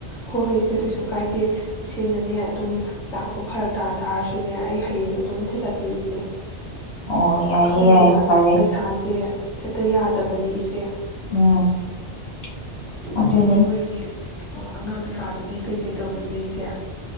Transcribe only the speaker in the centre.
ꯍꯣ ꯍꯣꯏ ꯏꯆꯦ ꯀꯩꯁꯨ ꯀꯥꯏꯗꯦ ꯏꯆꯦꯅꯅꯦ ꯑꯗꯨꯝ ꯂꯥꯛꯄ ꯐꯔꯛ ꯇꯥ ꯇꯥꯔꯁꯨꯅꯦ ꯑꯩ ꯍꯌꯦꯡ ꯑꯗꯨꯝ ꯊꯤꯜꯂꯛꯀꯦ ꯏꯆꯦ
ꯈꯪꯗꯦꯗ
ꯄꯩꯁꯥꯖꯦ ꯍꯦꯛꯇ ꯌꯥꯗꯕꯅꯤ ꯏꯆꯦ
ꯎ
ꯏꯆꯦꯍꯣꯢꯒꯤ ꯑꯣ ꯑꯉꯥꯡ ꯀꯩꯀꯥꯗꯨꯗꯤ ꯀꯩꯀꯩ ꯇꯧꯔꯤꯕ ꯏꯆꯦ